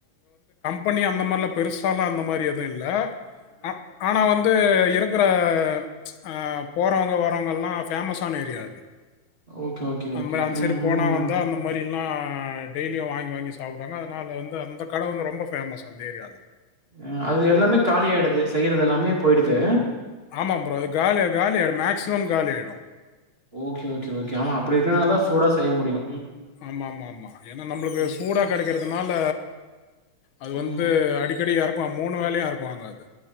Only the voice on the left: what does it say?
பண்ணி அந்த மாரிலா பெருசாலா அந்த மாரி எது இல்லா ஆ ஆனா வந்து இருக் குற அ போறவங்க வரவங்க எல்லா ஃபேமஸான ஏரியா அது
அந்த
மா அந்த
சைடு
போனா
வந்தா அந்த மாரி ல்லா டெய்லியு வாங்கி வாங்கி சாப்புடுவாங்க அதனால வந்து அந்த கட வந்து ரொம்ப ஃபேமஸ் அந்த ஏரியால
ஆமா ப்ரோ அது காலி காலியிடு மேக்சிமம் காலியாயிடு
ஆமா ஆமா ஆமா ஏனா நம்ளுக்கு
சூடா கெடைக்கறதுனால அது
வந்து அடிக்கடி எறக்குவாங் மூணு வேலயு எறக்குவாங்க அது